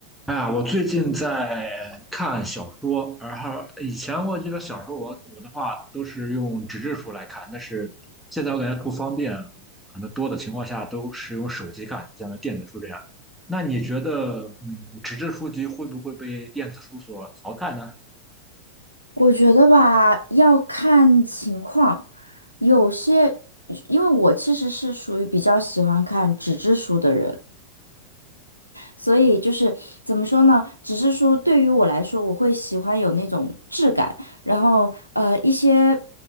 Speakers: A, in the centre; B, on the left.
A: 啊，我最近在看小说，然后以前我记得小说我我的话都是用纸质书来看，但是现在我感觉不方便，可能多的情况下都是用手机看，像电子书这样的。那你觉得，嗯，纸质书籍会不会被电子书所淘汰呢？
B: 我觉得吧，要看情况，有些，因为我其实是属于比较喜欢看纸质书的人，所以就是怎么说呢？只是说对于我来说，我会喜欢有那种质感，然后呃一些